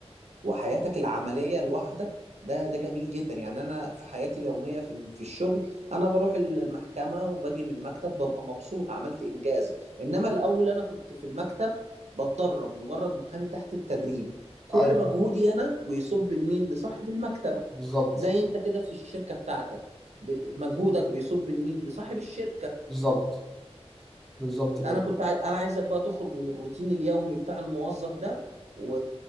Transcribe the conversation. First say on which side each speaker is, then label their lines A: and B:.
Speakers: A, on the right (about 85°); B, in the centre.
A: وحياتك العمليه لوحدك ده ده جميل جدا يعني انا في حياتي اليوميه في ال- في الشغل انا بروح المحكمه وباجي من المكتب ببقى مبسوط عملت انجاز انما الاول انا كنت في المكتب بتدرب مجرد محامي تحت التدريب كل
B: ايوه
A: مجهودي انا بيصب لمين لصاحب المكتب
B: بالظبط
A: زي انت كده في الشركه بتاعتك ب- مجهودك بيصب لمين لصاحب الشركه
B: بالظبط بالظبط كده
A: انا كنت عاي... انا عايزك بقى تخرج من الروتين اليومي بتاع الموظف ده و...